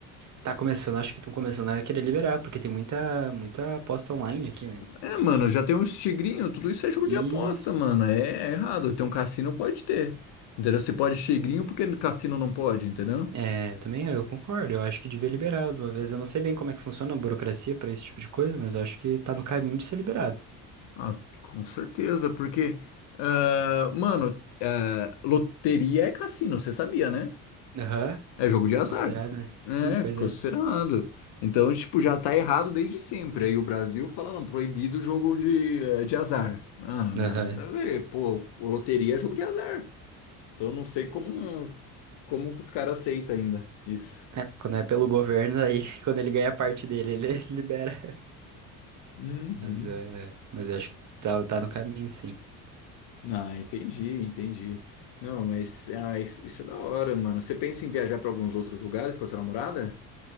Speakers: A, on the right; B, on the left.
A: Tá começando, acho que estão começando a querer liberar, porque tem muita, muita aposta online aqui, né?
B: É, mano, já tem uns tigrinhos, tudo isso é jogo
A: E
B: de aposta, mano. É, é errado. Tem um cassino, pode ter. Entendeu? Se pode tigrinho, porque no cassino não pode, entendeu?
A: É, eu também eu concordo. Eu acho que devia liberar de uma vez. Eu não sei bem como é que funciona a burocracia pra esse tipo de coisa, mas eu acho que tá no caminho de ser liberado.
B: Ah, com certeza, porque. ah, mano, ah, loteria é cassino, você sabia, né?
A: Aham.
B: É jogo de azar.
A: É considerado, né? Sim,
B: É,
A: pois
B: considerado.
A: é.
B: Então, tipo, já tá errado desde sempre. Aí o Brasil falando proibido o jogo de, eh, de azar. Ah, nada
A: Aham.
B: a ver. Pô, loteria é jogo de azar. Então eu não sei como como que os caras aceitam ainda isso.
A: É, quando é pelo governo, aí <laughs> quando ele ganha a parte dele, ele <laughs> libera.
B: Uhum.
A: Mas é. Mas eu acho que tá, tá no caminho, sim.
B: Ah, entendi, entendi. Não, mas ah, isso, isso é da hora, mano. Você pensa em viajar para alguns outros lugares com a sua namorada?